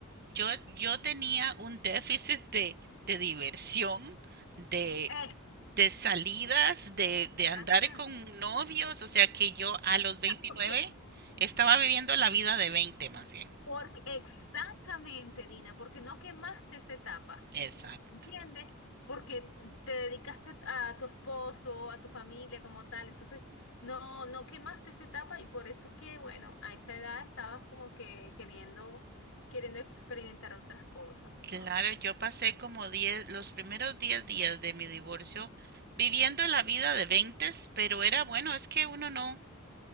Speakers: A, on the right (about 45°); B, on the left (about 70°).
A: yo, yo tenía un déficit de, de diversión, de
B: Eh,
A: de salidas, de, de andar
B: exactamente.
A: con novios, o sea que yo a los
B: <laughs>
A: 29
B: Porque,
A: estaba viviendo la vida de 20 más bien.
B: porque, exactamente, Dina, porque no quemaste esa etapa.
A: Exacto.
B: ¿Entiendes? Porque te dedicaste a, a tu esposo, a tu familia como tal, entonces no, no quemaste esa etapa y por eso es que, bueno, a esa edad estabas como que queriendo, queriendo experimentar otras cosas,
A: Claro,
B: ¿sabes?
A: yo pasé como diez los primeros 10 días de mi divorcio viviendo la vida de 20, pero era bueno, es que uno no,